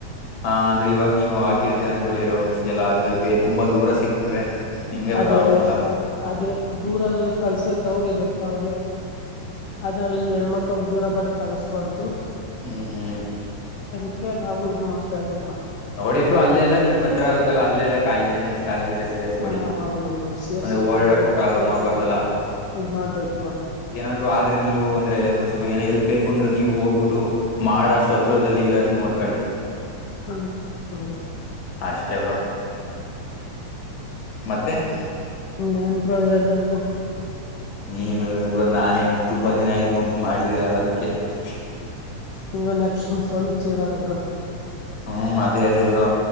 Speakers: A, on the left; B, on the left.
A: ಹ ಅಂದ್ರೆ ಇವಾಗ ನೀವು ಹಾಕಿರ್ತೀರ ಅನ್ಕೊಳ್ಳಿ ಬ್ರೋ ಒನ್ಸಲ್ಅದ್ರಲ್ಲಿ ಬ ತುಂಬಾ ದೂರ ಸಿಕ್ಬಿಟ್ರೆ, ನಿಮಗೆ
B: ಅದು
A: ಪ್ರಾಬ್ಲಮ್
B: ಅದೇ
A: ಅಲ್ಲ
B: -ಅದೇ ದೂರಕಳ್ಸಕ್ ಅವ್ರ ಹೆದುರ್ತಾವ್ರೆ. - ಅದ್ರಲ್ಲಿ ಹೆಣ್ಮಕ್ಳನ ದೂರ ಬರ ಕಳಸ್ಬಾರ್ದ
A: ಹ್ಞೂ ಹ್ಞೂ
B: ಅದಕ್ಕೆ ಅಕ ನಾವು ಇದ್ ಮಾಡ್ತಾ ಇದ್ದೀಬ್ರರು <unintelligible>
A: ಅವರಿಬ್ರು ಅಲ್ಲೆಲ್ಲ ನಿಮ್ ಹತ್ರ ಆಗುತ್ತಲ್ಲ ಅಲ್ಲೆಲ್ಲ ಇಂಜಿನಿಯರಿಂಗ್ ಕಾಲೇಜ ಲೆಸಿಂದ. ಸೇರ್ಸ್ಬೇಡಿ
B: ಹಾ ಹೌದು ಬ್ರೋ ಸೇರ್ಸ್ಬೇಕು
A: ಅಂದೆ ಓಡಾಡಕೂ
B: ಅಲ್ಲೇ ಎಲ್ಲ
A: ಪ್ರಾಬ್ಲಮ್
B: ಸೇರ್ಸಿ
A: ಆಗ್ಬಾರ್ದಲ್ಲ.
B: ಇದ್ ಮಾಡ್ಬೇಕು ಬ್ರೋ
A: ಏನಾದ್ರು ಆದ್ರೆ ನೀವು ಅಂದ್ರೆ ಸ್ವಲ್ಪ ಏನ ಎಲ್ಪ್, ಬೇಕು ಅಂದ್ರೆ ನೀವ್ ಹೋಗ್ಬಿಟ್ಟು ಮಾಡ ಶತ್ದಲ್ಲಿ <unintelligible> ಇರಾಂಗ ನೋಡ್ಕೊಳ್ಳಿ. -
B: ಆ ತೋಗೋ <unintelligible>
A: ಅಷ್ಟೇ ಬ್ರೋ ಮತ್ತೆ. <unintelligible>
B: ಹೂ ಏನ್ ಬ್ರೋ ಹೇಳ್ಬೇಕು. <unintelligible>
A: ನೀ ಹೇಳದರೀ ಬ್ರೋ ನಾನೇ ತುಂಬಾ ದಿನ ಆಯ್ತು ಮಾಡಿದೀರಾ ಅದಕ್ಕೆ. <unintelligible>
B: ನೀವೇ ನೆನಪಿಸಿಕೊಂಡು ಫೋನ್ ಹಚ್ಚಿದೀರ ಬ್ರೋ.
A: ಹೂ ಅದೇ ಅದೇ ಬ್ರೋ